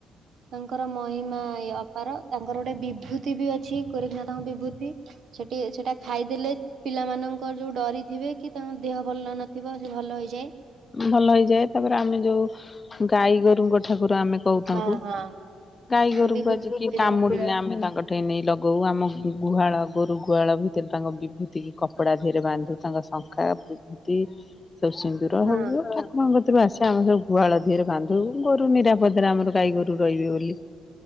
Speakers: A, on the right (about 65°); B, on the left (about 30°).
A: ତାଙ୍କର ମହିମା ଏଇ ଅପାର, ତାଙ୍କର ଗୋଟେ ବିଭୂତି ବି ଅଛି ଗୋରେଖନାଥଙ୍କ ବିଭୂତି। ସେଠି ଆ ସେଟା ଖାଇଦେଲେ ପିଲାମାନଙ୍କର ଯୋଉ ଡରିଥିବେ କି ତାଙ୍କ ଦେହ ଭଲ ଲାଗୁ ନଥିବ ସେ ଭଲ ହେଇଯାଏ।
B: ଭଲ ହେଇଯାଏ। ତାପରେ ଆମେ ଯୋଉ ଗାଈ ଗୋରୁଙ୍କ ଠାକୁର ଆମେ କହୁ ତାଙ୍କୁ
A: ହଁ ହଁ
B: ଗାଈ
A: ହଁ
B: ଗୋରୁକୁ
A: ବିଭୂତି
B: ଆଜି
A: ପକେଇଦବା
B: କିଏ କାମୁଡିଲେ
A: ହୁଁ
B: ଆମେ ତାଙ୍କ ଉଠେଇ ନେଇ ଲଗଉ ଆମ ଗୁହାଳ ଗୋରୁ ଗୁହାଳ ଭିତରେ ତାଙ୍କ ବିଭୂତିକି କପଡ଼ା ଧୀରେ ବାନ୍ଧୁ ତାଙ୍କ ଶଙ୍ଖା ବିଭୂତି ସବୁ ସିନ୍ଦୁର
A: ହଁ
B: ହଉ ଠା କଣଙ୍କ କତରୁ ଆସେ ଆମେ ସବ ଗୁହାଳ ଧିରେ ବାନ୍ଧୁ, ଗୋରୁ ନିରାପଦରେ ଆମର ଗାଈ ଗୋରୁ ରହିବେ ବୋଲି। <inaudible>